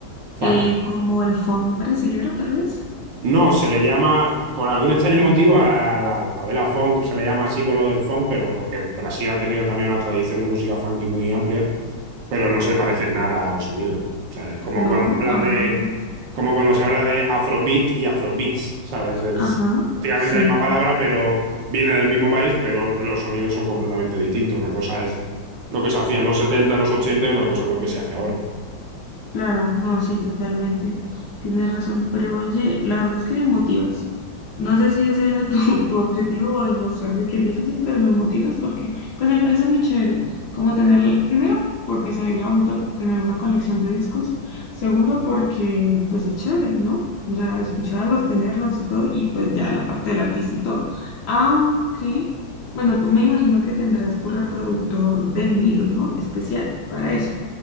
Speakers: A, on the right; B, on the left.
A: funk.
B: eh, como el funk brasilero tal vez.
A: No, se le llama, por algún extraño motivo, a, a la alfabela funk, se le llama así con lo del funk, pero porque Brasil ha tenido también una tradición de música funky muy amplia, pero no se parece en nada al sonido. O sea, es como
B: No,
A: cuando hablan
B: ah,
A: de, como cuando se habla de afrobeat y afrobeats, ¿sabes? Es
B: ajá,
A: prácticamente
B: sí.
A: la misma palabra, pero viene del mismo país, pero los sonidos son completamente distintos. Una cosa es lo que se hacía en los 70 los 80 y otra cosa es lo que se hace ahora.
B: Claro, no, sí, totalmente. Tienes razón, pero oye, la verdad es que me motivas. No sé si ese era tu, <laughs> tu objetivo o demostrarme que es difícil, pero me motivas porque, pues me parece muy chévere, como tener, primero, porque se vería bonito t- tener una colección de discos, segundo, porque, pues es chévere, ¿no? O sea, escucharlos, tenerlos y todo, y pues ya la parte del artista y todo. Aunque, bueno, tú me imagino que tendrás tu reproductor de vinilos, ¿no? Especial para eso.